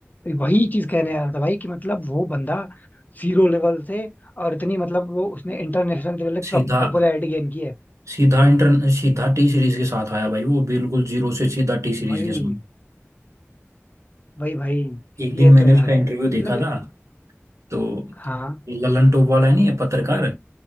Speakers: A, on the left; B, on the right.
A: वही चीज कहने आ रहा था भाई कि मतलब वो बंदा जीरो लेवल से और इतनी मतलब वो उसने इंटरनेशनल लेवल
B: सीधा
A: तक पॉपुलैरिटी गेन की है
B: सीधा इंटर सीधा टी सीरीज के साथ आया भाई वो बिल्कुल जीरो से सीधा टी सीरीज
A: भाई
B: के साथ
A: भाई भाई
B: एक
A: ये
B: दिन मैंने
A: तो यार
B: उसका इंटरव्यू देखा
A: मतलब
B: था तो
A: हाँ
B: ललन टॉप वाला है नहीं ये पत्रकार